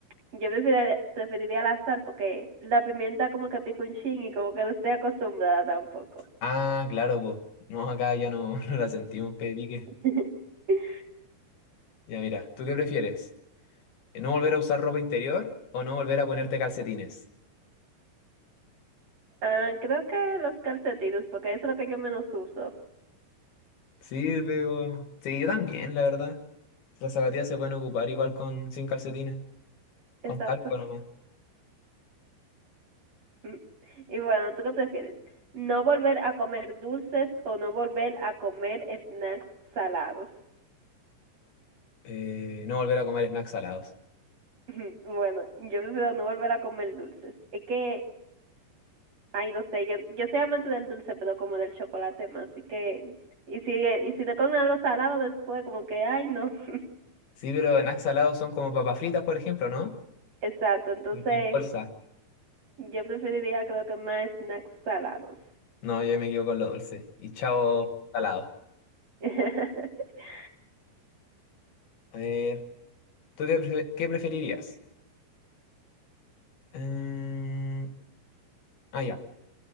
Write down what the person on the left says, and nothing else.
Ah, claro, pues No, acá ya no, <laughs> no la sentimos, que pique.
Ya mira, ¿tú qué prefieres? ¿No volver a usar ropa interior o no volver a ponerte calcetines?
Sí, pero... Sí, yo también, la verdad. Las zapatillas se pueden ocupar igual con sin calcetines, con
talco nomás.
Eh, no volver a comer snacks salados.
Sí, pero snacks salados son como papas fritas, por ejemplo, ¿no?
En, en bolsa.
No, yo me quedo con lo dulce. Y chao, salado.
A ver, ¿tú qué, prefe- qué preferirías? Mm, ah, ya.